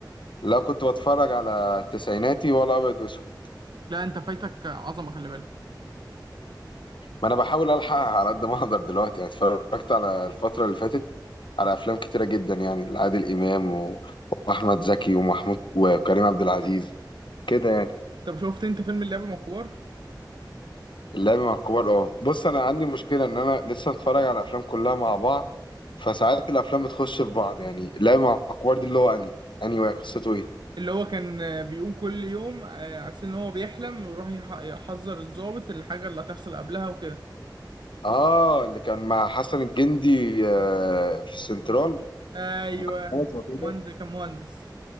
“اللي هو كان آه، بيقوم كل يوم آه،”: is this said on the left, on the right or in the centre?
Right